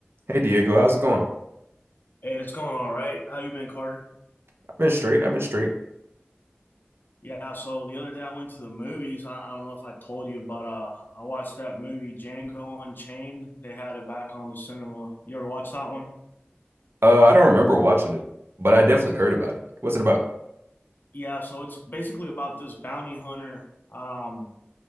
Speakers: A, on the right; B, on the left.
A: Hey Diego, how's it going?
B: Hey, it's going all right. How you been, Carter?
A: I've been straight. I've been straight.
B: Yeah, so the other day I went to the movies. I, I don't know if I told you, but uh, I watched that movie Django Unchained. They had it back on the cinema. You ever watch that one?
A: Uh, I don't remember watching it, but I definitely heard about it. What's it about?
B: Yeah, so it's basically about this bounty hunter. Um,